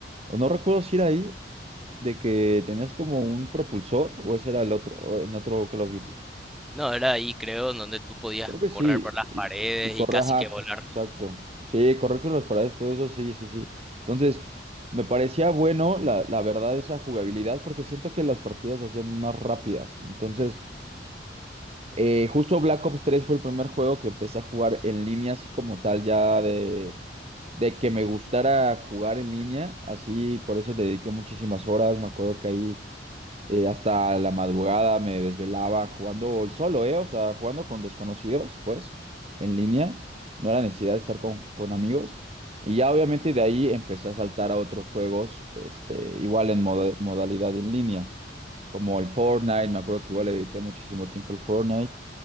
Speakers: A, on the right (about 35°); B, in the centre.
A: o no recuerdo si era ahí, de que tenías como un propulsor, o ese era el otro, o en otro Call of Duty.
B: No, era ahí creo en donde tú podías
A: Creo que
B: correr
A: sí,
B: por las
A: y,
B: paredes
A: y correr,
B: y casi
A: ajá,
B: que volar.
A: exacto. Sí, correr por las paredes, todo eso, sí, sí, sí. Entonces, me parecía bueno, la, la verdad, esa jugabilidad, porque siento que las partidas se hacían más rápidas. Entonces... Eh, justo Black Ops 3 fue el primer juego que empecé a jugar en línea, así como tal, ya de, de que me gustara jugar en línea, así por eso le dediqué muchísimas horas, me acuerdo que ahí eh, hasta la madrugada me desvelaba jugando y solo, ¿eh? O sea, jugando con desconocidos, pues, en línea, no era necesidad de estar con, con amigos. Y ya obviamente de ahí empecé a saltar a otros juegos, este, igual en moda- modalidad en línea, como el Fortnite, me acuerdo que igual le dediqué muchísimo tiempo al Fortnite